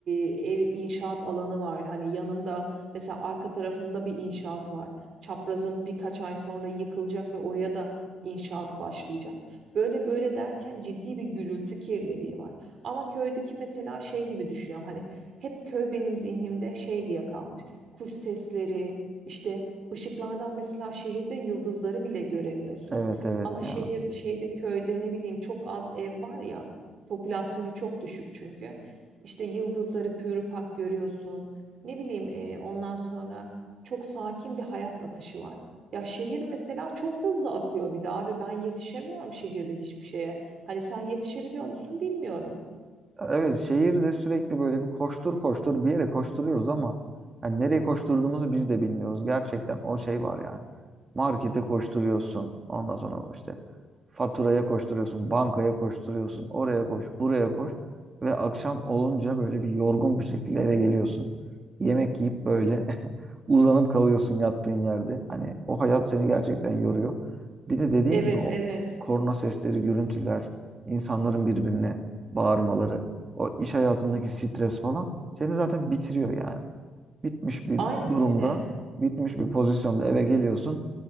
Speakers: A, on the right; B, on the right.
A: e, ev inşaat alanı var. Hani yanımda mesela arka tarafımda bir inşaat var. Çaprazım birkaç ay sonra yıkılacak ve oraya da inşaat başlayacak. Böyle böyle derken ciddi bir gürültü kirliliği var. Ama köydeki mesela şey gibi düşünüyorum. Hani hep köy benim zihnimde şey diye kalmış. Kuş sesleri işte ışıklardan mesela şehirde yıldızları bile göremiyorsun.
B: Evet evet
A: Ama
B: ya.
A: şehir şeyde köyde ne bileyim çok az ev var ya popülasyonu çok düşük çünkü. İşte yıldızları pürüpak görüyorsun. Ne bileyim e, ondan sonra çok sakin bir hayat akışı var. Ya şehir mesela çok hızlı akıyor bir de abi ben yetişemiyorum şehirde hiçbir şeye. Hani sen yetişebiliyor musun bilmiyorum.
B: Evet şehirde sürekli böyle bir koştur koştur bir yere koşturuyoruz ama yani nereye koşturduğumuzu biz de bilmiyoruz. Gerçekten o şey var yani. Markete koşturuyorsun. Ondan sonra işte faturaya koşturuyorsun, bankaya koşturuyorsun, oraya koş, buraya koş ve akşam olunca böyle bir yorgun bir şekilde eve geliyorsun. Yemek yiyip böyle <laughs> uzanıp kalıyorsun yattığın yerde. Hani o hayat seni gerçekten yoruyor. Bir de dediğin
A: Evet
B: gibi o
A: evet
B: korna sesleri, gürültüler, insanların birbirine bağırmaları, o iş hayatındaki stres falan seni zaten bitiriyor yani bitmiş bir
A: aynen
B: durumda,
A: öyle.
B: bitmiş bir pozisyonda eve geliyorsun.